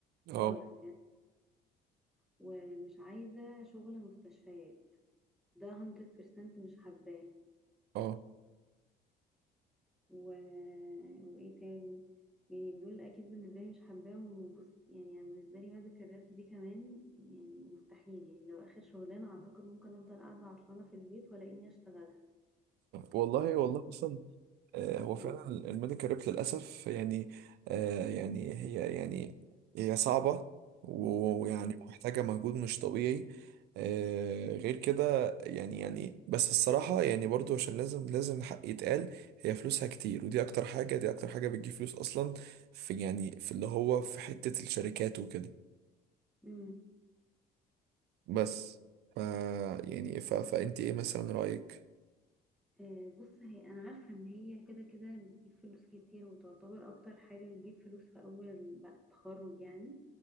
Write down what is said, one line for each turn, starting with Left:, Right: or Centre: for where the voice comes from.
Right: اه
Centre: خالص يعني. ومش عايزة شغل مستشفيات ده 100% مش حباه
Right: اه
Centre: و... وإيه تاني يعني دول أكيد بالنسبة لي مش حباهم وبص يعني أنا بالنسبة لي مادة الراب دي كمان يعني مستحيل يعني لو آخر شغلانة أعتقد ممكن أفضل قاعدة عطلانة في البيت ولا إني أشتغلها
Right: والله والله اصلا آه، هو
Centre: يعني
Right: فعلا الميديكال ريب للأسف يعني آه، يعني هي يعني هي صعبة و- ويعني
Centre: مم.
Right: محتاجة مجهود مش طبيعي آه، غير كده يعني يعني بس الصراحة يعني برضو عشان لازم لازم الحق يتقال هي فلوسها كتير ودي أكتر حاجة دي أكتر حاجة بتجيب فلوس أصلا في يعني في اللي هو في حتة الشركات وكده
Centre: مم.
Right: بس ف يعني ف فأنت إيه مثلا رأيك؟
Centre: آه، بص هي انا عارفه ان هي كده كده بتجيب فلوس كتير وتعتبر اكتر حاجه بتجيب فلوس في اول بعد التخرج يعني